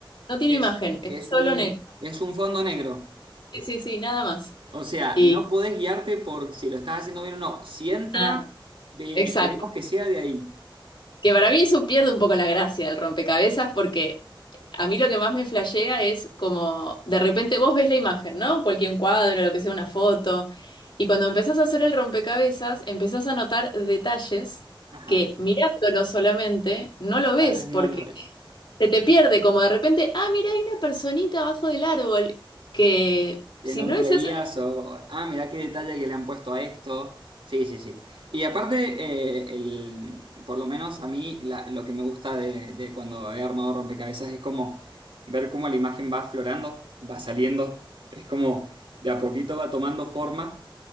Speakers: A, on the left; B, on the right.
A: No tiene
B: Es,
A: imagen, es
B: es
A: solo
B: un,
A: negro.
B: es un fondo negro.
A: Sí, sí, sí, nada más.
B: O sea,
A: Y
B: no podés guiarte por si lo estás haciendo bien o no. Si entra,
A: nada,
B: ve-
A: exacto.
B: esperemos que sea de ahí.
A: Que para mí eso pierde un poco la gracia del rompecabezas porque a mí lo que más me flashea es como de repente vos ves la imagen, ¿no? Cualquier cuadro, lo que sea, una foto. Y cuando empezás a hacer el rompecabezas, empezás a notar detalles
B: Ajá.
A: que mirándolo solamente no lo ves
B: Tal vez no
A: porque
B: lo es.
A: se te pierde como de repente, ah, mira, hay una personita abajo del árbol que
B: Que
A: si
B: no
A: no
B: lo
A: es
B: veías
A: esa...
B: o, ah, mirá qué detalle que le han puesto a esto. Sí, sí, sí. Y aparte, eh, el, por lo menos a mí, la- lo que me gusta de, de cuando he armado rompecabezas es como ver cómo la imagen va aflorando, va saliendo. Es como de a poquito va tomando forma.